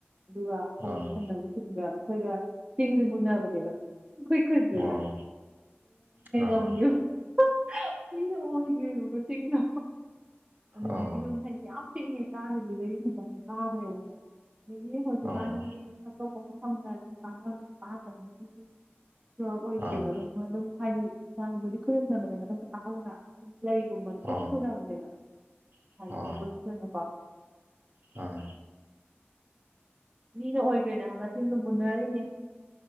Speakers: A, on the right; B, on the right.
A: ꯑꯗꯨꯒ ꯑꯩꯈꯣꯏꯒꯤ
B: ꯑꯥ
A: ꯊꯪꯅꯕ ꯈꯨꯟꯒ ꯑꯩꯈꯣꯏꯒ ꯆꯤꯡꯁꯦ ꯃꯨꯟꯅꯕꯅꯦꯕ ꯑꯩꯈꯣꯏ ꯈꯨꯟꯅꯤꯗꯅ
B: ꯑꯣ ꯑꯥ
A: ꯑꯗꯨ <unintelligible> ꯃꯤꯅ ꯑꯣꯏꯒꯦꯔꯨꯕ ꯆꯤꯡꯗꯣ ꯑꯗꯨꯗꯒꯤ
B: ꯑꯥ
A: ꯑꯗꯨ ꯍꯥꯏꯗꯤ ꯌꯥꯝ ꯄꯤꯛꯏꯉꯩ ꯀꯥꯒꯤꯕꯗꯒꯤ ꯍꯦꯟꯅ ꯀꯥꯈ꯭ꯔꯦꯕ ꯑꯗꯒꯤ ꯍꯧꯖꯤꯛꯀꯥꯟꯁꯦ
B: ꯑꯥ
A: ꯑꯇꯣꯞꯄ ꯃꯐꯝ ꯑꯗꯨꯝ ꯄꯥꯡꯝ ꯄꯥꯗꯁꯨ ꯑꯣꯏꯗ꯭ꯔꯦꯕ
B: ꯑꯥ
A: ꯑꯗꯨꯝ ꯑꯗꯨꯝ ꯍꯥꯏꯗꯤ ꯂꯥꯏꯕꯨꯗꯤ ꯈꯨꯣꯏꯔꯨꯝꯅꯕꯅꯦ ꯃꯊꯛꯇ ꯀꯥꯈꯠꯂꯒ ꯂꯩꯒꯨꯝꯕꯖꯨ ꯑꯗꯨꯝ
B: ꯑꯥ
A: ꯄꯨꯅꯕꯅꯦꯕ
B: ꯑꯥ
A: ꯍꯥꯏꯗꯤ ꯑꯣꯐꯔꯔꯤꯡꯒꯤ ꯑꯣꯏꯅ ꯀꯣ
B: ꯑꯥ
A: ꯃꯤꯅ ꯑꯣꯏꯈ꯭ꯔꯦꯗꯅ ꯆꯤꯡꯗꯣ ꯃꯨꯟꯅꯔꯤꯅꯦ